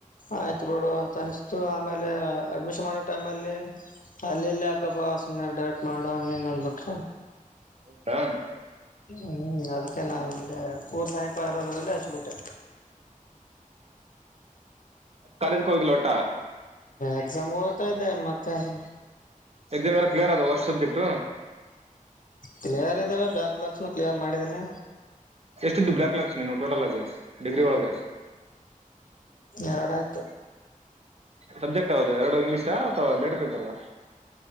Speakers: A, on the left; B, on the right.
A: ಆಯ್ತು ಬುಡು ಅಂತ ಅನಿಸ್ತು ಆಮೇಲೆ ಅಡ್ಮಿಷನ್ ಮಾಡೋ ಟೈಮ್ ಅಲ್ಲಿ, ಅಲ್ಲಿ ಇಲ್ಲಿ ಯಾಕಪ್ಪಾ ಸುಮನೆ ಡೈರೆಕ್ಟ್ ಮಾಡು ಹಂಗ್ ಹಿಂಗಂದ್ಬಿಟ್
B: ಹೌದಾ
A: ಹ್ಮ್ ಅದಕ್ ಕಲ ನಾನ್ ಅಲ್ಲೇ ಊರು ಸಮೀಪ ಇರೋದ್ರಲ್ಲೆ ಹಚ್ಬಟ್ಟೆ.
B: ಕಾಲೇಜಕ ಹೋಗಿಲ್ಲ ಒಟ್ಟ.
A: ಎಕ್ಸಾಮ್ಗೆ ಓದ್ತಾ ಇದ್ದೆ ಮತ್ತೇನು.
B: ಎಕ್ಸಾಮ ಎಲ್ಲಾ ಕ್ಲಿಯರ್ ಅದಾವ ಹೊಸಷ್ ಸಬ್ಜೆಕ್ಟ್.
A: ಕ್ಲಿಯರ್ ಇದ್ದಾವೆ ಬ್ಯಾಕ್ ಲಾಕ್ಸ್ನು ಕ್ಲಿಯರ್ ಮಾಡಿದ್ದೀನಿ.
B: ಎಷ್ಟು ಇದ್ದುವ್ ಬ್ಲ್ಯಾಕ್ ಲಾಕ್ಸ್ ನೀನವು ಟೋಟಲ್ ಆಗಿ ಡಿಗ್ರಿ ಒಳಗೆ.
A: ಎರಡ ಆಯ್ತ.
B: ಸಬ್ಜೆಕ್ಟ್ ಯವ್ದು ಎರಡು ಇಂಗ್ಲೀಷ ಅಥವಾ ಬೇರೆ ಪೇಪರದ್.